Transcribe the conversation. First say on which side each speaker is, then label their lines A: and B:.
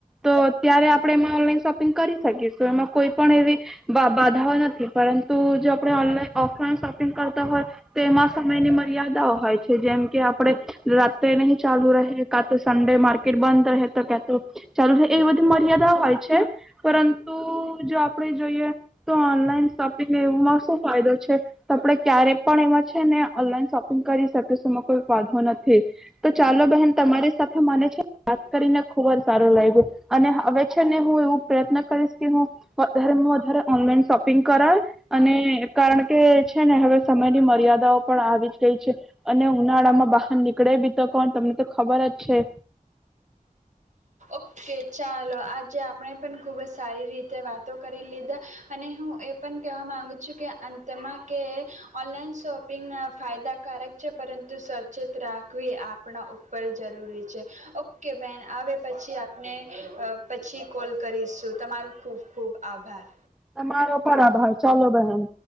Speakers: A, in the centre; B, on the right.
A: તો ત્યારે આપણે એમાં ઓનલાઈન શોપ કરી શકીશ, એમાં કોઈ પણ એવી બાધાઓ નથી, પરંતુ જો આપણે ઓનલાઈન, ઓફલાઈન શોપ કરતા હોય, તો તેમાં સમયની મર્યાદાઓ હોય. જેમકે આપડે રાત્રે નહી ચાલુ રહે, કા તો સન્ડે માર્કેટ બંધ રહે, તો કા તો ચાલુ રહે, એવી બધી મર્યાદા હોય છે. પરંતુ જો આપડે જોઈએ, તો ઓનલાઈન શોપિંગ એવમાં શું ફાયદો છે, આપડે ક્યારે પણ એમાં છે ને ઓનલાઈન શોપિંગ કરી શકીશું એમાં કોઈ ફાયંધો નથી, તો ચાલો બહેન તમારી સાથે મને છે વાત કરીને ખુબ જ સારો લ્યો અને હવે છે ને હું એવું પ્રયત્ન કરીશ કે હું વધારે વધારે ઓનલાઈન શોપિંગ કરાય અને કારણ કે છે ને હવે સમયની મર્યાદાઓ પણ આવી જ ગઈ છે અને ઉનાળા માં બહાર નીકળે બી તો કોણ તમને તો ખબરજ છે.
B: ઓકે ચાલો આજે આપણે પણ ખૂબ જ સારી રીતે વાતો કરી લીધા અને હું એ પણ કહેવા માગું છું કે અંતમાં કે ઓનલાઈન શોપિંગ ફાયદાકારક છે, પરંતુ સચેત રાખવી આપણા ઉપર જરૂરી છે. ઓકે બેહેન, આવે પછી આપ ને પછી કોલ કરીશું, તમારો ખુબ ખુબ આભાર.
A: તમારો પણ આભાર, ચાલો બહેન.